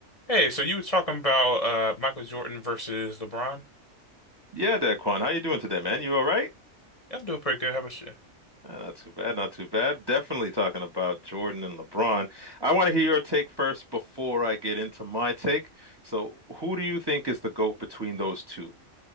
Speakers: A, on the left; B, on the right.
A: Hey, so you were talking about uh Michael Jordan versus LeBron?
B: Yeah, Daquan, how you doing today, man? You all right?
A: Yeah, I'm doing pretty good. How about you?
B: Uh, not too bad, not too bad. Definitely talking about Jordan and LeBron. I want to hear your take first before I get into my take. So, who do you think is the GOAT between those two?